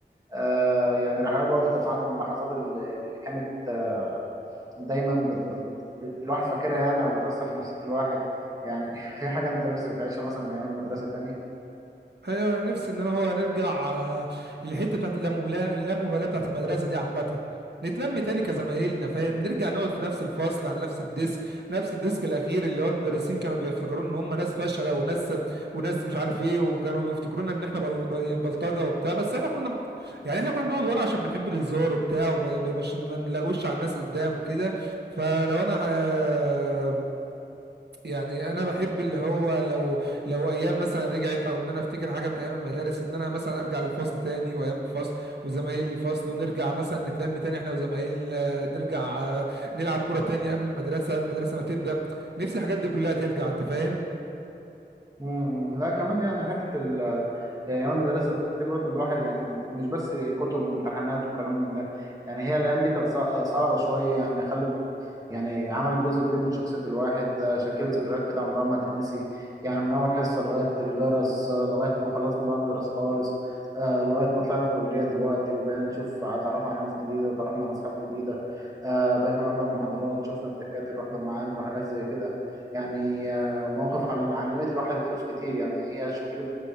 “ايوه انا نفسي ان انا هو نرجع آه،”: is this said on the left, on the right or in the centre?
Right